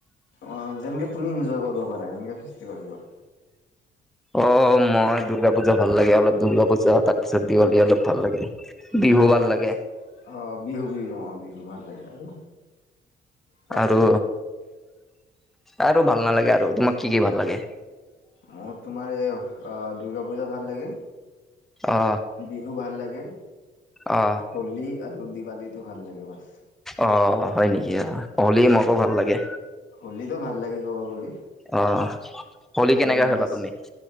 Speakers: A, on the left; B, in the centre.
A: অ যেনেকে তুমি ইনজয় কৰিব পাৰা এনেকে ফেষ্টিভেল কিবা
B: অ মই দুৰ্গা পূজা ভাল লাগে অলপ দুৰ্গা পূজা তাৰপিছত দিৱালী অলপ ভাল লাগে বিহু
A: অ
B: ভাল
A: তাৰ
B: লাগে
A: পিছত অ বিহু বিহু অ বিহু ভাল লাগে আৰু তাৰপিছত
B: আৰু আৰু ভাল নালাগে আৰু তোমাক কি কি ভাল লাগে
A: মোৰ তোমাৰ এই অ দুৰ্গা পূজা ভাল লাগে
B: অ
A: বিহু ভাল লাগে
B: অঁ
A: হলী আৰু দিৱালীটো ভাল লাগে বা
B: অ হয় নেকি অ হলি
A: উম
B: মোকো ভাল লাগে
A: হোলীটো ভাল লাগে ক'ব গ'লে
B: অহ হলি
A: হোলী
B: কেনেকা
A: মানে
B: খেলা তুমি